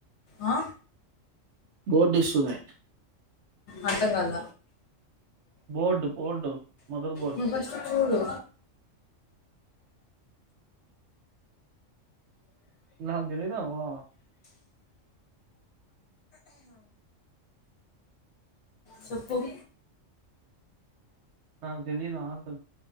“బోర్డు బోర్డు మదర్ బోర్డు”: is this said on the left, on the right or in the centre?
Right